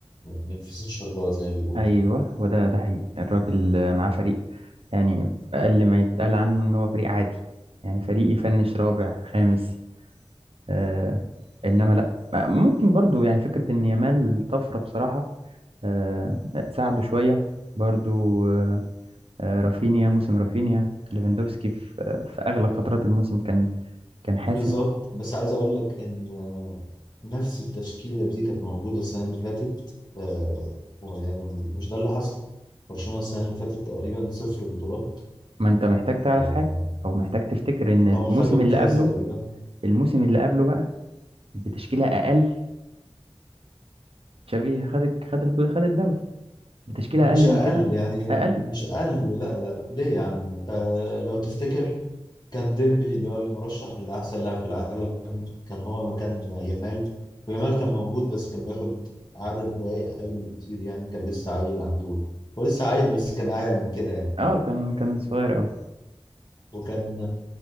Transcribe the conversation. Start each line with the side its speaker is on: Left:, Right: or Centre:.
Left: من الفسيخ شربات زي ما بيقول
Right: ايوه هو ده ده حقيقي الراجل معاه فريق يعني اقل ما يتقال عنه ان هو فريق عادي يعني فريق يفنش رابع خامس آه انما لا ممكن برضو يعني فكره ان يامال طفره بصراحه آه ساعده شويه برضو آه آه، رافينيا موسم رافينيا ليفاندوفسكي في, في اغلب فترات الموسم كان كان حاسم
Left: بالظبط بس عايز أقول لك إن آه، نفس التشكيلة دي كانت موجودة السنة اللي فاتت آه يعني مش ده اللي حصل برشلونة السنة اللي فاتت تقريبا صفر بطولات
Right: ما انت محتاج تعرف
Left: آه
Right: حاجه او محتاج تفتكر ان الموسم
Left: أو خدوا الكاس
Right: اللي قبله
Left: تقريبا
Right: الموسم اللي قبله بقى بتشكيله اقل تشافي خد خد الب- خد الدوري بتشكيلة
Left: مش
Right: أقل
Left: اقل
Right: من كده
Left: يعني
Right: أقل
Left: مش اقل لا لا لا ليه يا عم انت لو تفتكر كان ديمبلي اللي هو المرشح لاحسن لاعب في العالم كان هو مكان يامال ويامال كان موجود بس كان بياخد عدد دقايق اقل بكتير يعني كان لسه عيل عنده هو لسه عيل بس كان اعيل من كده يعني
Right: أه كان كان صغير أوي
Left: وكان